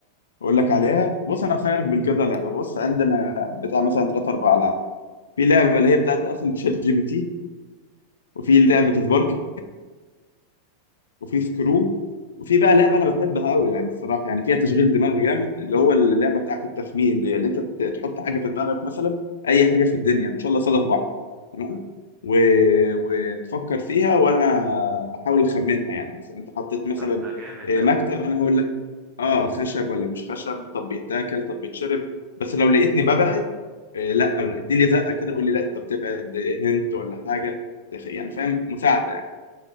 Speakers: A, on the left; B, on the right.
A: أقول لك عليها بص أنا هخيرك بين كذا لعبة بص عندنا بتاع مثلا ثلاث أربع ألعاب في لعبة اللي هي بتاعت أصل تشات جي بي تي وفي لعبة سبارك وفي سكرو وفي بقى لعبة أنا بحبها أوي يعني الصراحة يعني فيها تشغيل دماغ جامد اللي هو اللعبة بتاعت التخمين دي اللي أنت ت- تحط حاجة في دماغك مثلا أي حاجة في الدنيا إن شاء الله صادف بعض تمام و... وتفكر فيها وأنا أحاول أخمنها يعني مثلا أنت حطيت مثلا
B: طب ده جامد
A: آه،
B: ده
A: مكتب انا هقول اه خشب ولا مش خشب طب بيتاكل طب بيتشرب بس لو لقيتني ببعد آه لا اديلي زقه كده قول لي لا انت بتبعد هنت ولا حاجه يعني فاهم مساعده يعني